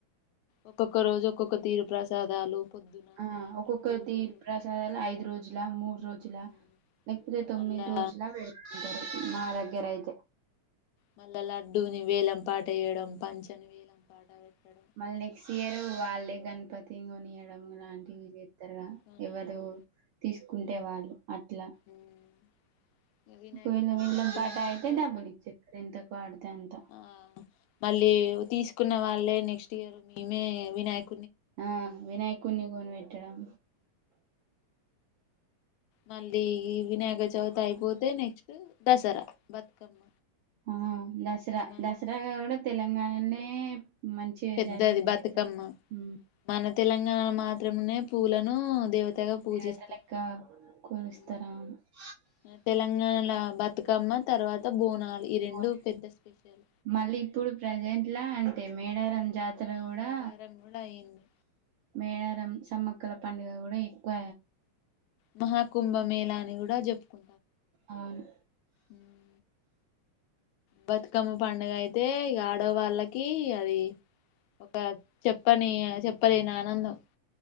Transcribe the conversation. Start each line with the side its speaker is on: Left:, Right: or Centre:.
Left: ఒక్కొక్క రోజు ఒక్కొక్క తీరు ప్రసాదాలు పొద్దున
Right: ఆ
Left: సాయంత్రం
Right: ఒక్కొక్క
Left: పూజలు
Right: తీర్ ప్రసాదాలు ఐదు రోజులా మూడు రోజులా
Left: ఉమ్,
Right: లేకపోతే తొమ్మిది
Left: మళ్ళా
Right: రోజులా పెడుతుంటారు మా
Left: ఉమ్,
Right: దగ్గర అయితే
Left: మళ్ళా లడ్డూనీ వేలంపాట టేయడం పంచమీ వెయ్యడం <inaudible>
Right: మళ్ళీ నెక్స్ట్ ఇయర్ వాళ్ళే గణపతి కొని కొనియడం లాంటివి చేస్తారుగా
Left: కొనియడం
Right: ఎవరు తీసు కుంటే వాళ్ళు అట్లా
Left: ఉమ్. ఇక వినాయక
Right: ఒకవేళ
Left: చవితి
Right: వేళం
Left: అయిపోయిందంటే
Right: పాట అయితే డబ్బులు ఇచ్చేస్తారు ఎంతకు పాడితే అంత
Left: ఆ మళ్ళీ తీసుకున్న వాళ్ళే నెక్స్ట్ ఇయర్ మేమే వినాయక
Right: ఆ వినాయకున్ని కొనిపెట్టడం
Left: మళ్ళీ వినాయక చవితి అయిపోతే నెక్స్ట్ దసరా బతుకమ్మ
Right: ఆ దసరా
Left: మన
Right: దసరా గూడ తెలంగాణ లే మంచిగా
Left: పెద్దది
Right: జరిగే జాతర
Left: బతుకమ్మ
Right: హు
Left: మన తెలంగాణ మాత్రమే పూలను దేవత తాగా పూజిస్తాం
Right: దేవత లెక్క కొలుస్తారు
Left: హు
Right: అవును
Left: మన తెలంగాణల బాత్ బతుకమ్మ తర్వాత బోనాలు ఈ రెండు
Right: మోని
Left: పెద్ద స్పెషల్
Right: మళ్ళీ ఇప్పుడు ప్రెజెంట్ లా తే మేడారం జా జాతర
Left: ఆ
Right: కూడా
Left: మేడారం కూడా అయింది
Right: మేడారం రాం సమ్మక్కల పండుగ కూడా ఎ ఎక్కువ
Left: మహా కుంభ మేలాని కూడా కూడా చెప్పుకు
Right: అవును
Left: <inaudible> బతుకమ్మ పండుగ అయితే ఇగ ఆడవాళ్ళకి అది ఒక చెప్పని చెప్పలేని ఆనందం